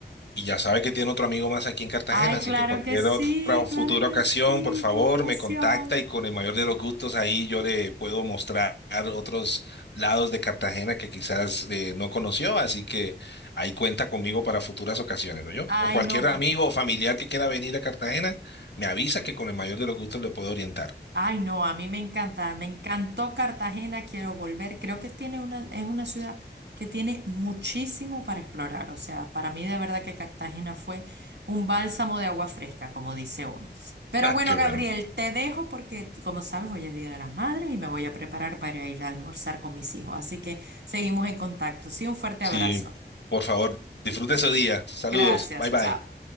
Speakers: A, on the left; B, on the right.
A: Y ya sabe que tiene otro amigo más aquí en Cartagena,
B: Ay,
A: así
B: claro
A: que cualquier
B: que sí,
A: otra o futura
B: claro que
A: ocasión,
B: sí,
A: por favor,
B: qué emoción.
A: me contacta y con el mayor de los gustos ahí yo le puedo mostrar otros lados de Cartagena que quizás eh, no conoció, así que ahí cuenta conmigo para futuras ocasiones, ¿no yo?
B: Ay,
A: O cualquier
B: no.
A: amigo o familiar que quiera venir a Cartagena, me avisa que con el mayor de los gustos le puedo orientar.
B: Ay, no, a mí me encanta, me encantó Cartagena, quiero volver. Creo que tiene una, es una ciudad que tiene muchísimo para explorar. O sea, para mí de verdad que Cartagena fue un bálsamo de agua fresca, como dice uno. Pero
A: <laughs>
B: bueno,
A: Qué
B: Gabriel,
A: bueno.
B: te dejo porque, como sabes, hoy es Día de las Madres y me voy a preparar para ir a almorzar con mis hijos. Así que seguimos en contacto. Sí, un fuerte
A: Sí,
B: abrazo.
A: por favor, disfrute su día. Saludos.
B: Gracias,
A: Bye bye.
B: chao.